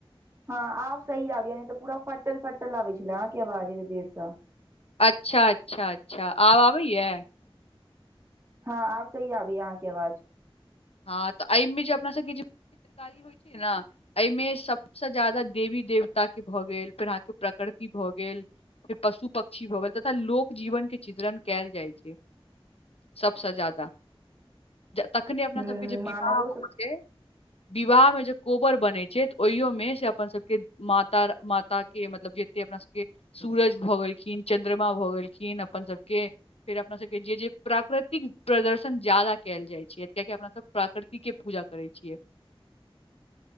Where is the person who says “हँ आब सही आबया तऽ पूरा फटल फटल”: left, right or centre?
Right